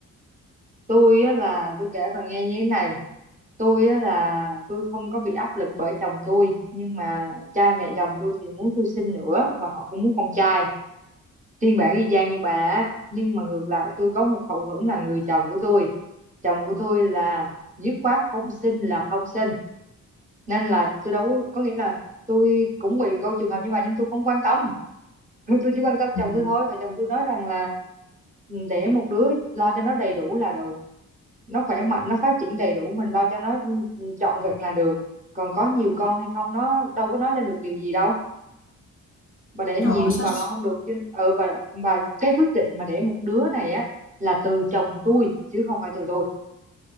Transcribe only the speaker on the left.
ừ.
trời
ơi,
sao